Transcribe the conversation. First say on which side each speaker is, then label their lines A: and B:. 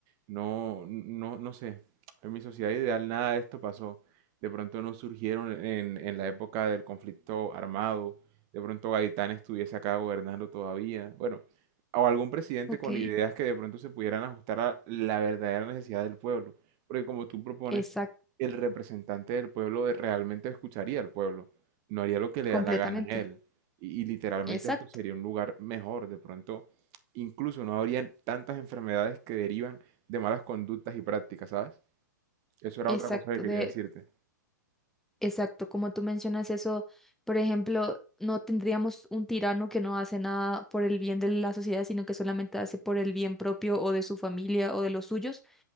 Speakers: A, on the right; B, in the centre.
A: no, no, no sé. En mi sociedad ideal nada de esto pasó. De pronto no surgieron en, en la época del conflicto armado. De pronto Gaitán estuviese acá gobernando todavía. Bueno, o algún presidente
B: ok,
A: con ideas que de pronto se pudieran ajustar a la verdadera necesidad del pueblo. Porque como tú propones,
B: exacto,
A: el representante del pueblo de- realmente escucharía al pueblo, no haría lo que le
B: completamente.
A: da la gana a él. Y, y literalmente
B: Exacto.
A: esto sería un lugar mejor. De pronto, incluso no habrían tantas enfermedades que derivan de malas conductas y prácticas, ¿sabes? Eso era
B: Exacto,
A: otra cosa que quería
B: de,
A: decirte.
B: exacto, como tú mencionas eso, por ejemplo, no tendríamos un tirano que no hace nada por el bien de la sociedad, sino que solamente hace por el bien propio o de su familia o de los suyos.